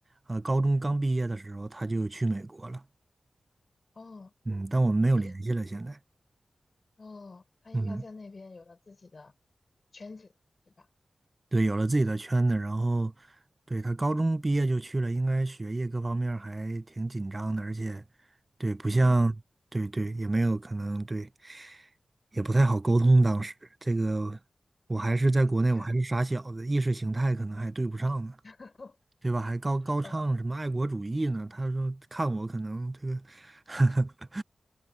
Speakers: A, on the right; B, on the left.
A: 呃高中刚毕业的时候，他就去美国了。
B: 哦，
A: 嗯，但我们没有联系了。
B: 诶，
A: 现在，
B: 哦，他应该在那边有了自己的
A: 嗯，
B: 圈子，对吧？
A: 对，有了自己的圈子，然后，对，他高中毕业就去了，应该学业各方面儿还挺紧张的，而且，对，不像，
B: 嗯，
A: 对对，也没有可能，对，也不太好沟通。当时这个，我还是在国内，
B: 是差，
A: 我还是傻小子，意识形态可能还对不上呢，
B: <laughs>
A: 对吧？还高高唱什么爱国主义呢？
B: 呃，
A: 他说看我可能这个，<laughs>